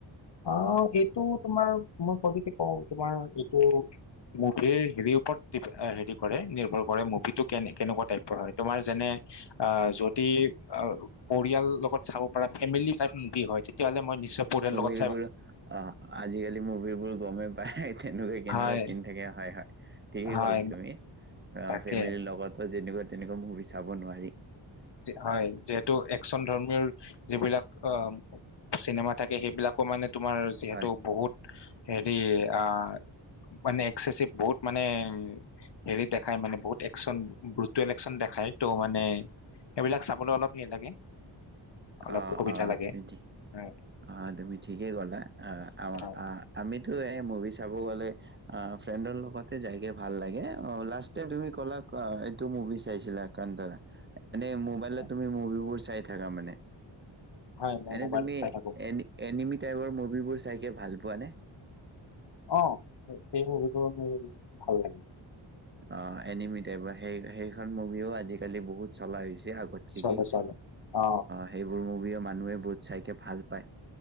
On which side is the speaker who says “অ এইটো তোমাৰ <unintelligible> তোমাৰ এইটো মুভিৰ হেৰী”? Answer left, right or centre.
Left